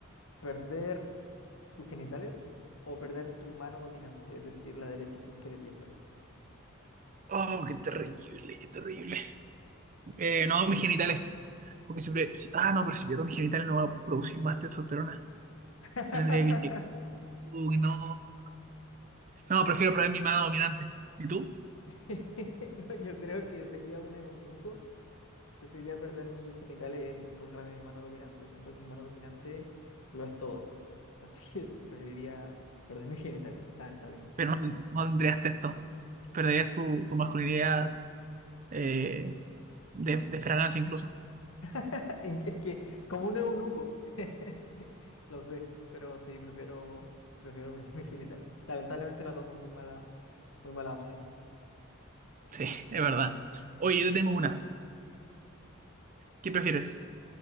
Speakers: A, on the left; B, on the right.
A: ¿Perder tus genitales o perder tu mano dominante, es decir, la derecha si es que eres diestro?
B: Oh, qué terrible, qué terrible. Eh, no, mis genitales, porque siempre... si- Ah, no, pero si pierdo mis genitales no va a producir más testosterona.
A: <laughs>
B: Me tendría que inyectar. Uy, no. No, prefiero probar mi mano dominante. ¿Y tú?
A: <laughs> No, yo creo que sería un eunuco Preferiría perder mis genitales en lugar de mi mano dominante. Siento que mi mano dominante lo es todo. <laughs> Así que sí, preferiría perder mis genitales, lamentablemente.
B: Pero no, no tendrías testo. Perderías tu, tu masculinidad eh, de, de fragancia incluso.
A: <laughs> En que- Es que, como un eunuco, <laughs> sí, lo sé, pero sí, prefiero, prefiero perder mis genitales. Lamentablemente las dos son muy malas, muy malas opciones.
B: Sí, <laughs> es verdad. Oye, yo te tengo una. ¿Qué prefieres?